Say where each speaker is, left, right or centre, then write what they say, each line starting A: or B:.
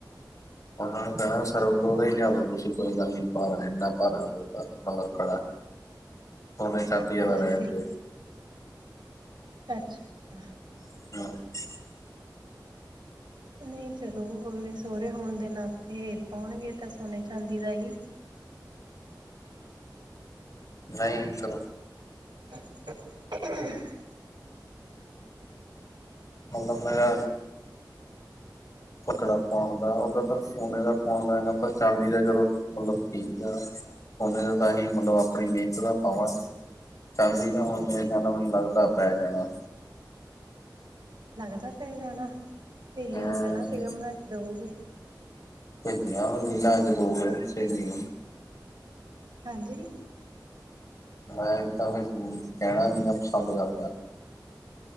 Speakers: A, on the left; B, on the right.
A: ਹਾਂ ਕੈਣਾ ਸਰਬ ਲਿਆ ਦੋ ਤੁਸੀਂ ਕੋਈ ਗੱਲ ਨੀ ਭਾਰਾ ਐਨਾ ਭਾਰਾ ਬਹੁਤ ਆ ਕੜਾ। ਸੋਨੇ ਚਾਂਦੀ ਦਾ
B: ਅੱਛਾ
A: ਰਹਿਣ ਦੇ।
B: ਅੱਛਾ-ਅੱਛਾ।
A: <unintelligible>
B: ਨਈ ਚਲੋ ਅਗਲੇ ਸੋਰੇ ਹੋਣ ਦੇ ਨਾਤੇ ਪੋਣਗੇ ਤਾਂ ਸੋਨੇ ਚਾਂਦੀ ਦਾ ਈ।
A: <unintelligible> ਨਹੀਂ ਚਲੋ।
B: <unintelligible>
A: ਹੁਣ ਮੈ ਆ ਕੜਾ ਪੋਣ ਦਾ ਉਦਾਂ ਤਾਂ ਸੋਨੇ ਦਾ ਪੋਣ ਦਾ ਹੈਗਾ ਪਰ ਚਾਂਦੀ ਦਾ ਚਲੋ ਮਤਲਬ ਪਿੱਜ਼ਾ <unintelligible> ਆਪਣੀ ਨੀਤ ਦਾ ਪਾਵਾਂ। ਚਾਂਦੀ ਦਾ ਹੁਣ ਮੇਰੇ ਖਿਆਲ ਨਾਲ ਮਰਦਾ ਪੈ ਜਾਣਾ।
B: ਜ਼ਿਆਦਾ ਤੱਕ ਪੈ ਜਾਣਾ ਸੇਲੀ
A: ਹੂੰ
B: ਨੂੰ ਕਹਿਣਾ ਸੀਗਾ ਬਣਾ ਕੇ ਦਊ
A: ਭਿੰਡੀਆਂ <unintelligible>
B: ਹਾਂਜੀ
A: ਮੈਂ ਤਾਂ ਵੀ ਕਹਿਣਾ ਪਸੰਦ ਕਰਦਾ